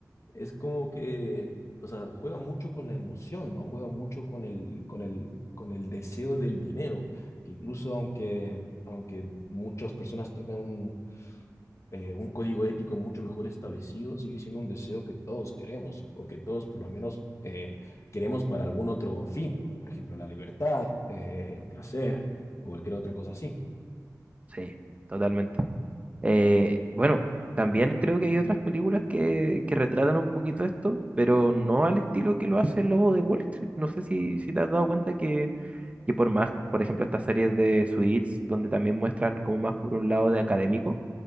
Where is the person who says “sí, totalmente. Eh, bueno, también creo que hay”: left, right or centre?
Right